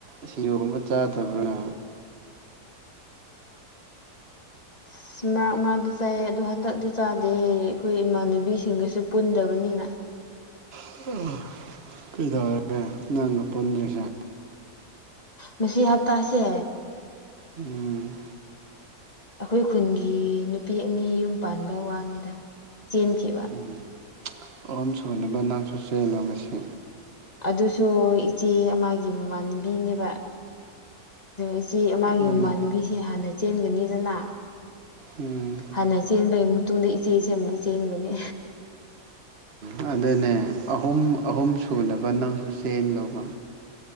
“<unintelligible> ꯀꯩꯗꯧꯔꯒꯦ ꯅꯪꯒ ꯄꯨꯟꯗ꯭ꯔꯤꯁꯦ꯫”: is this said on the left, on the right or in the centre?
Right